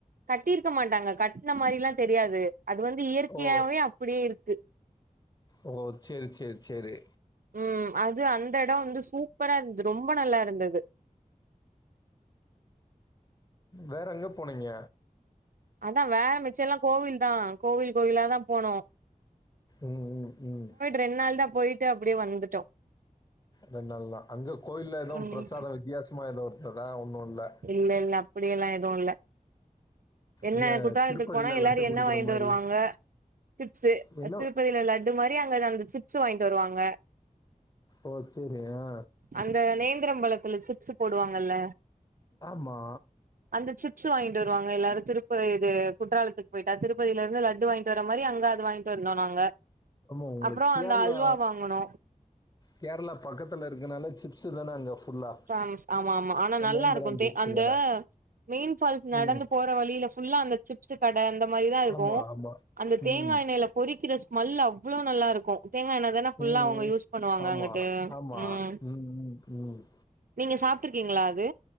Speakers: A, on the right; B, on the left.
A: கட்டியிருக்க மாட்டாங்க கட்ன மாரில்லா தெரியாது அது வந்து இயற்கையாவே
B: ஓ!
A: அப்டியே இருக்கு
B: ஓ சேரி சேரி சேரி
A: ம் அது அந்த எடோ வந்து சூப்பராருந்து ரொம்ப நல்லாருந்தது
B: வேற எங்க போனீங்க
A: அதா வேற மிச்செல்லா கோவில் தா கோவில் கோவிலா தா போனோ
B: ம் ம் ம்
A: ரெண் நாள் தா போய்ட்டு அப்டியே வந்துட்டோ
B: ரெண் நாள் தா அங்க கோயில்ல எது
A: ம்
B: பிரசாத வித்தியாசமா எது இருந்ததா ஒண்ணுல்ல
A: இல்லெல்ல அப்டியெல்லா எது இல்ல என்ன
B: இங்க
A: குற்றாலத்துக்கு
B: திருப்பதில
A: போனா எல்லாரு
B: லட்டு
A: என்ன
B: குடுக்குற
A: வாய்ன்ட்டு
B: மாரி.
A: வருவாங்க சிப்ஸ்சு
B: என்ன
A: திருப்பதில லட் இது மாரி அங்க அந்த சிப்ஸ்சு வாங்கிட்டு வருவாங்க
B: ஓ சேரி ஆ
A: அந்த நேந்த்ரம் பழத்துல சிப்ஸ்சு போடுவாங்கல்லே
B: ஆமா
A: அந்த சிப்ஸு வாய்ன்ட்டு வருவாங்க எல்லாரு திருப்ப இது குற்றாலத்து போய்ட்டா திருப்பதிலருந்து லட்டு வாய்ன்ட்டு வர மாரி அங்க அது வாய்ன்ட்டு வந்தோ நாங்க
B: ஆமா ஒங்ளுக்கு
A: அப்றோ
B: கேர்ளா
A: அந்த அல்வா வாங்குனோ
B: கேர்ளா பக்கத்திலருக்கனால சிப்ஸ்சு தான அங்க ஃபுல்லா
A: ஃபேமஸ் ஆமாமா ஆனா நல்லாருக்கு
B: நேந்திரம்
A: தே
B: சிப்ஸ்
A: அந்த
B: தானே
A: மெயின் ஃபால்ஸ் நடந்து
B: ம்
A: போ ற வழில ஃபுல்லா அந்த சிப்ஸு கட அந்த மாரிதாருக்கு
B: ஆமா ஆமா
A: அந்த தேங்கா
B: ம்
A: எண்ணய்ல பொறிக்கிற ஸ்மெல் அவ்ளோ நல்லாருக்கு தேங்கா எண்ண தான ஃபுல்லா
B: ம்
A: அவுங்க யூஸ் பண்ணுவாங்க
B: ஆமா
A: அங்குட்டு
B: ஆமா
A: ம்
B: ம் ம்
A: நீங்க சாப்ட்ருக்கீங்ளா அது